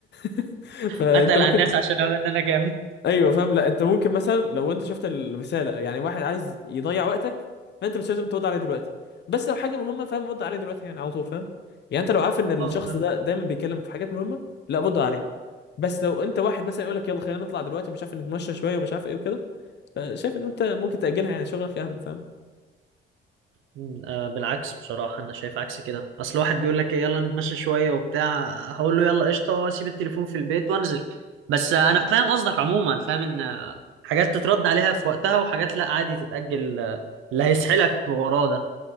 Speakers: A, on the left (about 60°); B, on the right (about 85°).
A: <laughs>
B: <laughs>
A: فأنت
B: اتقل
A: ممكن
B: على الناس عشان اقول ان انا جامد
A: ايوه فاهم لا انت ممكن مثلا لو انت شفت الرساله يعني واحد عايز يضيع وقتك فانت مش لازم ترد عليه دلوقتي بس لو حاجه مهمه فاهم رد عليه دلوقتي يعني على طول فاهم يعني انت لو عارف ان الشخص
B: اه فاهم.
A: ده دايما بيكلمك في حاجات مهمه لا رد عليه بس لو انت واحد مثلا يقول لك يلا خلينا نطلع دلوقتي مش عارف نتمشى شويه ومش عارف ايه وكده فشايف ان انت ممكن تاجلها يعني شغلك اهم فاهم
B: مم، آه، بالعكس بصراحه انا شايف عكس كده اصل واحد بيقول لك إيه، يلا نتمشى شويه وبتاع هقول له يلا قشطه واسيب التليفون في البيت وانزل بس انا فاهم قصدك عموما فاهم ان آه، حاجات تترد عليها في وقتها وحاجات لا عادي تتاجل آه، اللي هيسحلك وراه ده